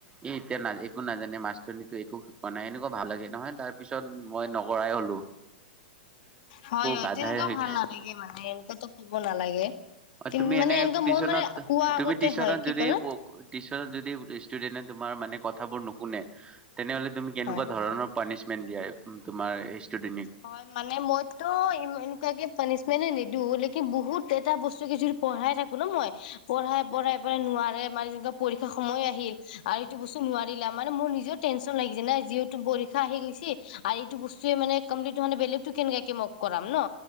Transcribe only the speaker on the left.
হয় হয়
তেনেকুৱাও
ভাল নালাগে মানে এনেকুৱাতো ক'ব নালাগে
মানে
এনেকুৱা
মই মানে কোৱা আগতে
হয় কি
ক'লা
হয়
হয় মানে মইতো ইকুৱ কেে পানছো মানে নিদো লকি বহুত এটা বস্তু কি য পঢ়াই থাকো ন মই পঢ়াই পঢ়াই পঢাই নোৱাৰে পৰীক্ষা সময় আহিল আৰু এইটো বস্তু নোৱাৰিলা মানে মোৰ নিজেও টেনচন লাগিছে নাই যিহেতুৰ া আহি গৈছে আৰু এইটো বস্তুৱে মানে কম্লি মানে বেলেগতটো কেনেকাকে মোক কৰাম ন